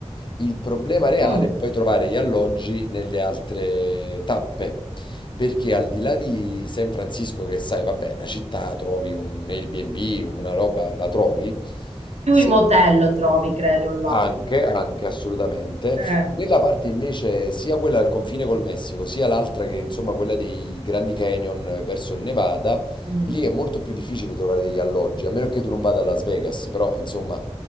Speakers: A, on the left; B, on the right.
A: Il problema reale
B: Mm.
A: è poi trovare gli alloggi nelle altre tappe, perché al di là di San Francisco, che sai, vabbè, una città, trovi un Airbnb, una roba, la trovi.
B: Più
A: Sì.
B: i motel trovi, credo, là.
A: Anche, anche assolutamente.
B: Eh.
A: Nella parte invece sia quella al confine col Messico, sia l'altra che insomma quella dei Grandi Canyon eh, verso il Nevada,
B: mm.
A: lì è molto più difficile trovare degli alloggi, a meno che tu non vada a Las Vegas, però insomma